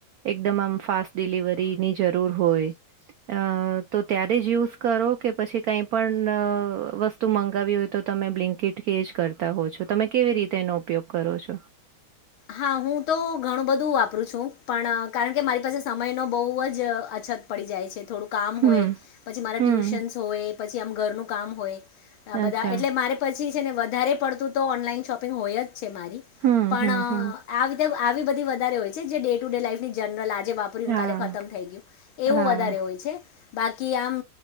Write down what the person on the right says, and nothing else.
એકદમ આમ ફાસ્ટ ડિલિવરીની જરૂર હોય. અ તો ત્યારે જ યુઝ કરો કે પછી કઈ પણ વસ્તુ મંગાવી હોય તો તમે બ્લિંક કિટકે જ કરતા હો છો તમે કેવી રીતે એનો ઉપયોગ કરો છો?
હમ,
હમ,
અચ્છા.
હમ,
હમ, હમ.
હા,
હા,